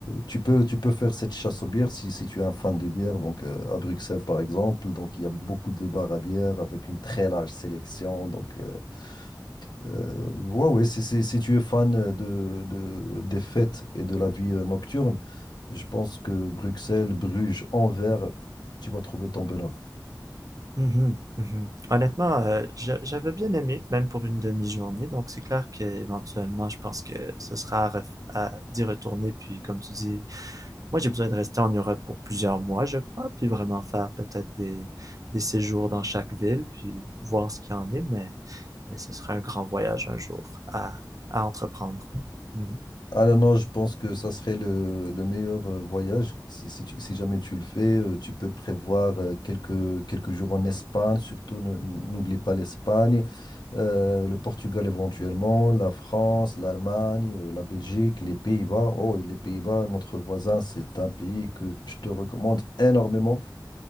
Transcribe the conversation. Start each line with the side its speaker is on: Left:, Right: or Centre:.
Left: tu peux, tu peux faire cette chasse aux bières si, si tu es un fan de bière. Donc, euh, à Bruxelles, par exemple, donc il y a beaucoup de bars à bière avec une très large sélection. Donc, euh, euh, ouais, ouais, si, si- si tu es fan de, de- des fêtes et de la vie euh, nocturne, je pense que Bruxelles, Bruges, Anvers, tu vas trouver ton bonheur.
Right: Mhm, mhm. Honnêtement, euh, j'a- j'avais bien aimé, même pour une demi-journée, donc c'est clair qu'éventuellement, je pense que ce sera à, ref- à d'y retourner, puis comme tu dis, moi j'ai besoin de rester en Europe pour plusieurs mois, je crois, puis vraiment faire peut-être des, des séjours dans chaque ville, puis voir ce qu'il y en est, mais Mais ce serait un grand voyage un jour à, à entreprendre. Mhm.
Left: Ah non, non, je pense que ça serait le, le meilleur euh, voyage. Si, si, tu- si jamais tu le fais, euh, tu peux prévoir euh, quelques, quelques jours en Espagne, surtout ne- n'oublie pas l'Espagne, euh, le Portugal éventuellement, la France, l'Allemagne, euh, la Belgique, les Pays-Bas. Oh, les Pays-Bas, notre voisin, c'est un pays que je te recommande énormément.